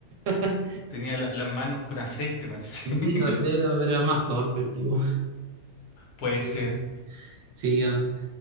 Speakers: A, on the right; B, on the left.
A: <laughs>
B: Tenía la- las manos con aceite, parece.
A: Sí,
B: <laughs>
A: no sé, era más torpe el tipo.
B: Puede
A: Sí,
B: ser.
A: sí, ah,